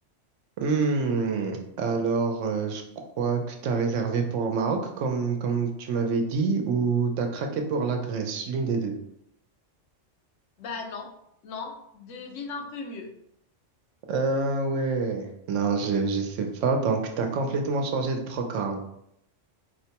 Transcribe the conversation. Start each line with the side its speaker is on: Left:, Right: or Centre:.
Right: Hmm, alors, euh, je crois que tu as réservé pour le Maroc, comme, comme tu m'avais dit, ou tu as craqué pour la Grèce, l'une des deux.
Left: Ben non, non, devine un peu mieux.
Right: Ah ouais, non, je, je sais pas, donc tu as complètement changé de programme.